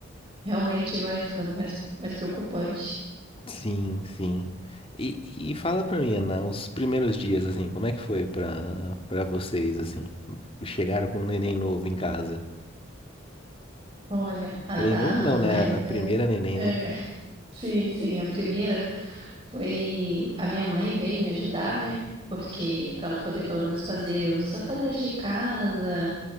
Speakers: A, on the right (about 25°); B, on the left (about 25°).
A: realmente vai ficando mais, mais preocupante.
B: sim, sim. E, e fala pra mim, Ana, os primeiros dias, assim, como é que foi pra, pra vocês, assim? Chegaram com um neném novo em casa.
A: Olha, a
B: Neném
A: da
B: novo não, né,
A: mais
B: a
A: velha.
B: primeira neném,
A: É,
B: né?
A: <laughs> sim, sim, a primeira. Foi a minha mãe veio me ajudar, né? Porque para ela poder pelo menos fazer os afazeres de casa